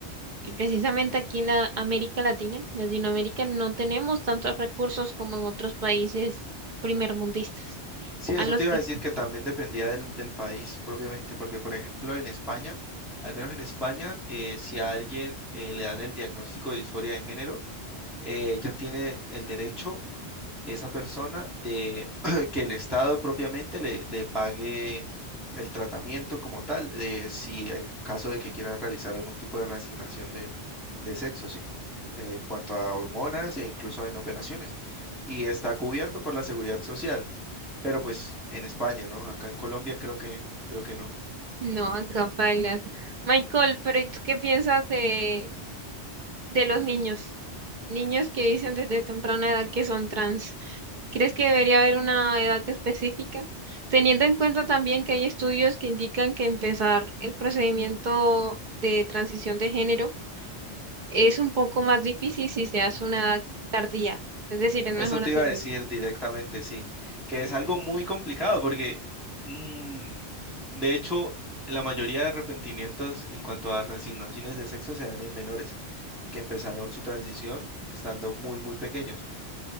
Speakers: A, on the right; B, in the centre.
A: Y precisamente aquí en la América Latina, Latinoamérica, no tenemos tantos recursos como en otros países primermundistas.
B: Sí,
A: A
B: eso
A: los
B: te iba
A: que...
B: a decir que también dependía del, del país propiamente, porque por ejemplo en España, al menos en España, eh, si a alguien eh, le dan el diagnóstico de disforia de género, eh, ella tiene el derecho esa persona de <clears throat> que el Estado propiamente le, le pague el tratamiento como tal, de si en caso de que quiera realizar algún tipo de reasignación de, de sexo, ¿sí? Eh, en cuanto a hormonas e incluso en operaciones. Y está cubierto por la seguridad social, pero pues en España, ¿no? Acá en Colombia creo que, creo que no.
A: No, acá bailas. Michael, pero ¿y tú qué piensas de? de los niños, niños que dicen desde temprana edad que son trans. ¿Crees que debería haber una edad específica? Teniendo en cuenta también que hay estudios que indican que empezar el procedimiento de transición de género es un poco más difícil si se hace a una edad tardía, es decir, es mejor
B: Eso te
A: hacerlo.
B: iba a decir directamente, sí, que es algo muy complicado porque... mm, De hecho, la mayoría de arrepentimientos en cuanto a resignaciones de sexo se dan en menores que empezaron su transición estando muy, muy pequeños.